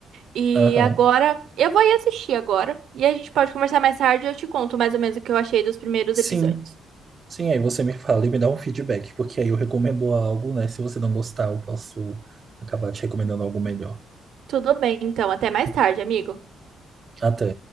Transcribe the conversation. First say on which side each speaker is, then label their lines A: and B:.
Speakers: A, on the right; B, on the right.
A: E
B: Aham,
A: agora, eu vou ir assistir agora, e a gente pode conversar mais tarde e eu te conto mais ou menos o que eu achei dos primeiros
B: sim.
A: episódios.
B: Sim, aí você me fala e me dá um feedback, porque aí eu recomendo algo, né? Se você não gostar, eu posso acabar te recomendando algo melhor.
A: Tudo bem, então, até mais tarde, amigo.
B: Até.